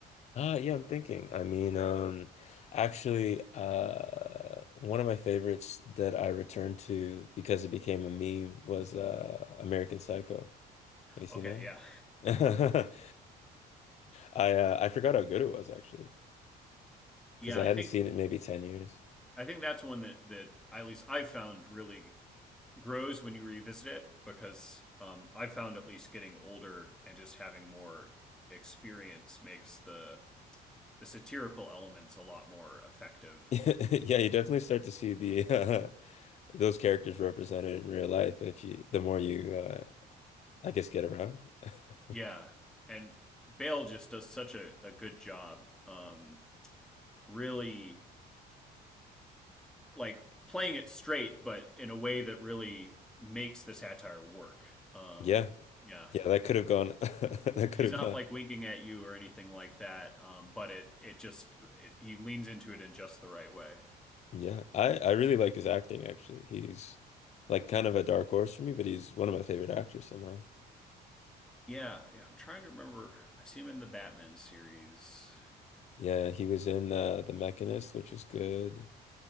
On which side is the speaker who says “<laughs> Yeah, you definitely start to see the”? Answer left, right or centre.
Left